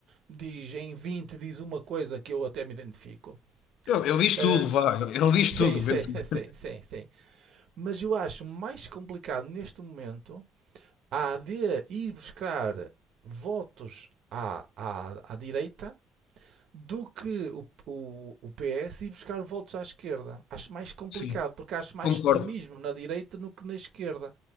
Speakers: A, on the right (about 75°); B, on the left (about 80°).
A: diz em 20 diz uma coisa que eu até me identifico.
B: Ele, ele diz
A: Eh,
B: tudo, vá, ele diz
A: sim,
B: tudo,
A: sim,
B: Ventura.
A: <laughs> sim, sim, sim. Mas eu acho mais complicado neste momento a AD ir buscar votos à, à, à direita do que o, o, o PS ir buscar votos à esquerda. Acho mais complicado,
B: Sim,
A: porque acho mais
B: concordo,
A: extremismo na direita do que na esquerda.